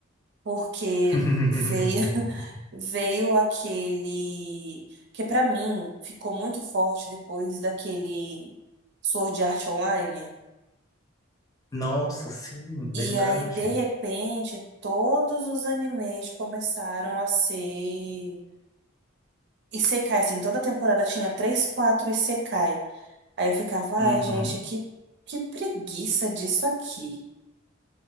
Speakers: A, on the right; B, on the left.
A: Porque
B: <laughs>
A: veio <laughs> veio aquele que pra mim ficou muito forte depois daquele Sword Art Online.
B: Nossa, sim,
A: E
B: verdade.
A: aí, de repente, todos os animes começaram a ser Isekai, assim, toda temporada tinha três, quatro Isekai. Aí eu ficava, ai,
B: Uhum.
A: gente, que, que preguiça disso aqui.